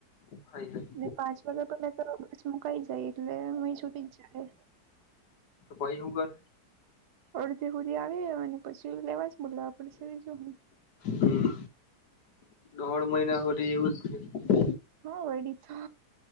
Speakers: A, on the left; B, on the right.
A: આઈ ગઈ.
B: ને પાંચ વાગ્યા પેલા તો બસ મુકાઈ જાય એટલે અ છૂટી જ જાહે.
A: તો પહી હું કરે.
B: અડધેક હુધી આવીયે અને પછી લેવા જ બોલાવા પડસે બીજું હું.
A: હમ દોઢ મહિના હુધી એવું જ છે.
B: હા વડી તો